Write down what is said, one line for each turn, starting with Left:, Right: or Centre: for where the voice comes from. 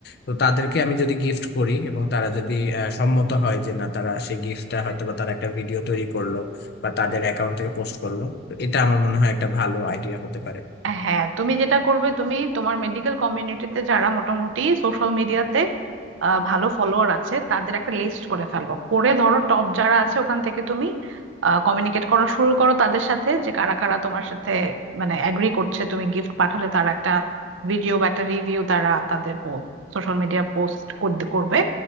Left: তো তাদেরকে আমি যদি গিফট করি এবং তারা যদি আহ, সম্মত হয় যে না তারা সেই গিফটটা হয়তো বা তারা একটা ভিডিও তৈরি করলো বা তাদের অ্যাকাউন্ট থেকে পোস্ট করলো তো এটা আমার মনে হয় একটা ভালো আইডিয়া হতে পারে
Right: হ্যাঁ তুমি যেটা করবে তুমি তোমার মেডিকেল কমিউনিটিতে যারা মোটামুটি সোশ্যাল মিডিয়াতে ভালো ফলোয়ার আছে তাদের একটা লিস্ট করে ফেলো করে ধরো টপ যারা আছে ওখান থেকে তুমি কমিউনিকেট করা শুরু করো তাদের সাথে যে কারা কারা তোমার সাথে মানে অ্যাগ্রি করছে তুমি গিফট পাঠালে তারা একটা ভিডিও বা একটা রিভিউ তারা তাদের সোশ্যাল মিডিয়া পোস্ট করবে